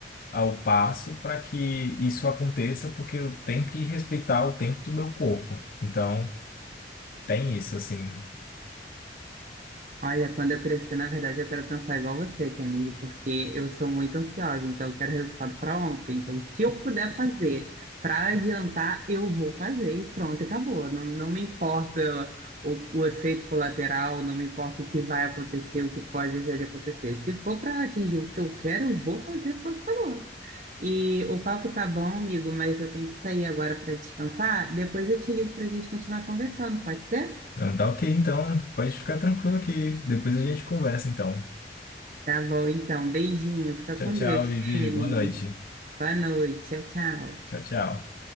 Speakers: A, on the left; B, on the right.
A: ao passo para que isso aconteça, porque eu tenho que respeitar o tempo do meu corpo. Então, tem isso, assim.
B: Olha, quando eu crescer, na verdade, eu quero pensar igual você, Kennedy, porque eu sou muito ansiosa, então eu quero resultado para ontem. Então, o que eu puder fazer para adiantar, eu vou fazer e pronto, e acabou. Não, não me importa o, o efeito colateral, não me importa o que vai acontecer, o que pode deixar de acontecer. Se for para atingir o que eu quero, eu vou fazer, pronto, acabou. E o papo tá bom, amigo, mas eu tenho que sair agora para descansar. Depois eu te ligo para a gente continuar conversando, pode ser?
A: Não, tá ok, então, pode ficar tranquilo que depois a gente conversa, então.
B: Tá bom, então. Beijinho. Fica
A: Tchau,
B: com
A: tchau,
B: Deus,
A: Vivi.
B: Kennedy.
A: Boa noite.
B: Boa noite. Tchau, tchau.
A: Tchau, tchau.